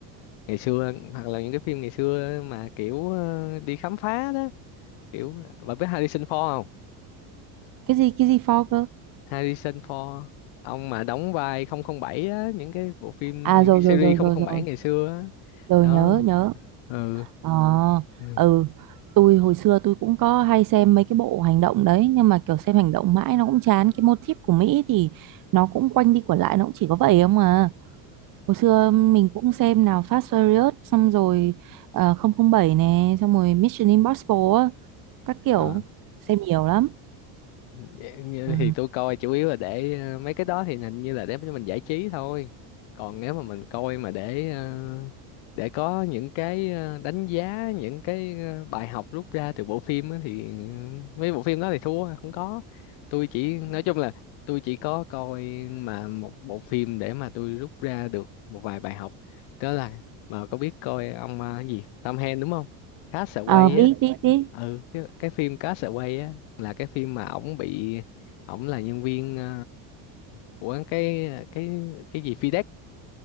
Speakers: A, on the left; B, on the right.
A: ngày xưa hoặc là những cái phim ngày xưa mà kiểu ờ, đi khám phá đó kiểu bà biết Harrison Ford không
B: cái gì cái gì for cơ?
A: Harrison Ford ông mà đóng vai 007 á những cái bộ phim
B: À
A: những
B: rồi
A: cái series
B: rồi rồi
A: 007
B: rồi rồi,
A: ngày xưa á
B: rồi
A: đó
B: nhớ nhớ.
A: ừ
B: Ờ,
A: ừ,
B: ừ, tôi hồi xưa tôi cũng có hay xem mấy cái bộ hành động đấy nhưng mà kiểu xem hành động mãi nó cũng chán cái motif của Mỹ thì nó cũng quanh đi quẩn lại nó cũng chỉ có vậy không à. Hồi xưa mình cũng xem nào Fast Furious xong rồi ờ, không không bảy nè, xong rồi Mission Impossible á, các kiểu
A: ừ.
B: xem nhiều lắm.
A: Dạ, như
B: Ừ.
A: thì tôi coi chủ yếu là để ờ, mấy cái đó thì hình như là để cho mình giải trí thôi còn nếu mà mình coi mà để ờ, để có những cái ờ, đánh giá những cái ờ, bài học rút ra từ bộ phim á thì ừ, mấy bộ phim đó thì thua không có tôi chỉ nói chung là tôi chỉ có coi mà một bộ phim để mà tôi rút ra được một vài bài học đó là mà có biết coi ông ờ, cái gì Tom Hanks đúng không Castaway
B: Ờ biết
A: á
B: biết biết.
A: ừ cái, cái phim Castaway á là cái phim mà ổng bị ổng là nhân viên ờ, của cái cái cái gì FedEx